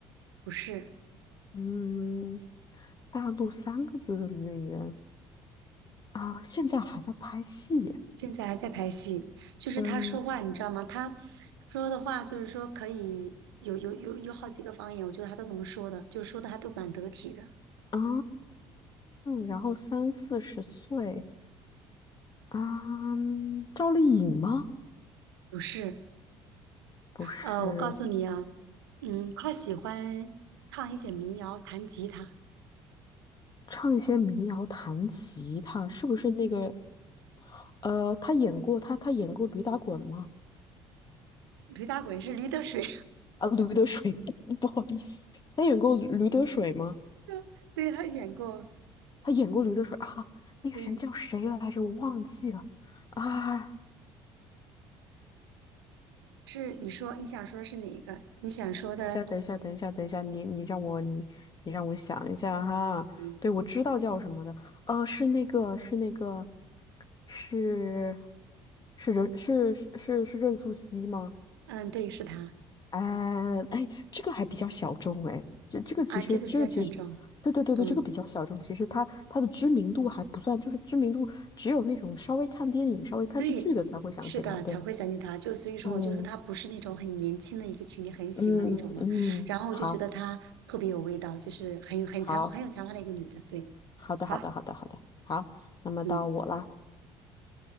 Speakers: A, on the right; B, on the left.
A: 不是。
B: 嗯，大陆三个字的女演员啊，现在还在拍戏。
A: 现在还在拍戏，就是他说话，
B: 嗯
A: 你知道吗？他说的话就是说可以有有有有好几个方言，我觉得他都能说的，就说的还都蛮得体的。
B: 啊，然后三四十岁。啊，赵丽颖吗？
A: 不是，
B: 不是，
A: 呃，我告诉你啊，嗯，他喜欢唱一些民谣，弹吉他。
B: 唱一些民谣、弹吉他，是不是那个？呃，她演过，她她演过驴打滚吗？
A: 驴打滚是驴得水，
B: 啊，驴得水，<laughs> 不好意思，她演过驴得水吗？
A: <laughs> 对，他演过，
B: 她演过驴得水啊，那个人叫谁来着？
A: 对，
B: 我忘记了啊。
A: 是你说你想说是哪一个？你想说的，
B: 等一下，等一下，等一下，等一下，你你让我你你让我想一下哈。
A: 嗯
B: 对，我知道叫什么的，呃，是那个是那个是是任是是是是任素汐吗？
A: 嗯，对，是他
B: 哎哎，这个还比较小众哎，这这个其实这个其实，
A: 啊，这个比较想中，
B: 对对对对，
A: 嗯。
B: 这个比较小众，其实它它的知名度还不算，就是知名度只有那种稍微看电影、稍微看视剧的才会想起他，
A: 对，是的，
B: 对，
A: 才会想起他。就所以说，
B: 嗯
A: 我就说他不是那种很年轻的一个群体，很喜欢那种嘛。
B: 嗯嗯，
A: 然后我就觉得她特别有味道，
B: 嗯好，
A: 就是很有很才很有才华的一个女的。
B: 好。
A: 对，
B: 好的，
A: 好，
B: 好的，好的，好的，好，那么到我啦。
A: 嗯，